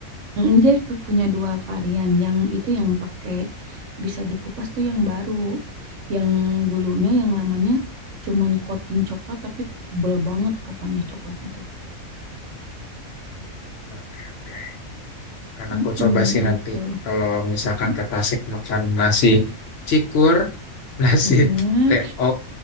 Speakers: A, on the right (about 70°); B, on the left (about 65°).
A: Mm, Dia pu- punya dua varian. Yang itu yang pakai bisa dikupas tuh yang baru. Yang dulunya yang lamanya cuman coating coklat tapi tebel banget pokoknya coklatnya tuh.
B: Oke, oke. Akan
A: Mm-mm,
B: aku coba sih
A: gitu.
B: nanti kalau misalkan
A: Mm,
B: ke Tasik makan nasi cikur, <laughs> nasi
A: mm-mm.
B: TO,